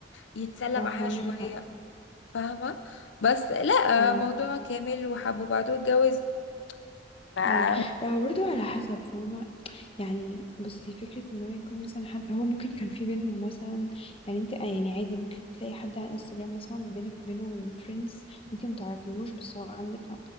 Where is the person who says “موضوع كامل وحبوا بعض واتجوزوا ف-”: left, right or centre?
Left